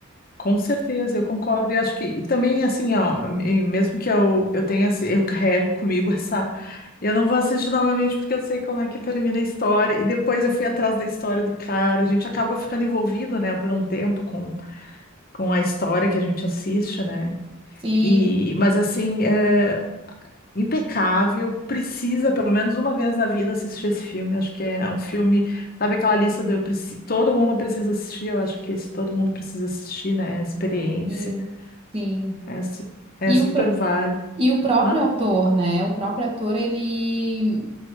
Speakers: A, on the left; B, on the right.
A: com certeza, eu concordo. E acho que e também, assim, ó, e mesmo que eu, eu tenha, esse- eu carrego <laughs> comigo essa. Eu não vou assistir novamente porque eu sei como é que termina a história. E depois eu fui atrás da história do cara. A gente acaba ficando envolvido, né, por um tempo com, com a história que a gente assiste, né?
B: Sim,
A: E, mas assim, é. impecável, precisa pelo menos uma vez na vida assistir esse filme. Acho que é um filme, sabe aquela lista do eu preciso, todo mundo precisa assistir, eu acho que esse todo mundo precisa assistir, né? É Experiência,
B: sim, sim.
A: é, su- é
B: E
A: super
B: o, pró-
A: válido.
B: e o próprio
A: Hã?
B: ator, né? O próprio ator, ele